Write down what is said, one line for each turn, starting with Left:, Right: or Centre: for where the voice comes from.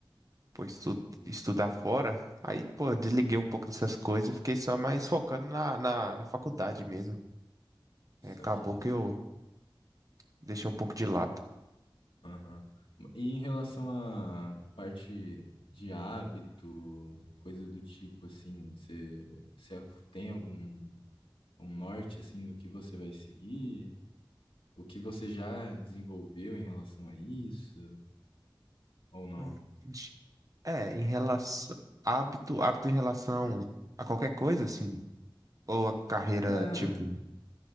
Right: pô, estu- estudar fora, aí, pô, eu desliguei um pouco dessas coisas e fiquei só mais focando na, na, na faculdade mesmo.
Left: Isso
Right: Aí acabou
Left: aqui.
Right: que eu deixei um pouco de lado.
Left: Aham. E em relação à parte de hábito, coisa do tipo, assim, você, você tem algum um norte, assim, do que você vai seguir? O que você já desenvolveu em relação a isso? Ou não?
Right: Hum, de- É, em relação, hábito, hábito em relação a qualquer coisa, assim, ou a carreira,
Left: É.
Right: tipo,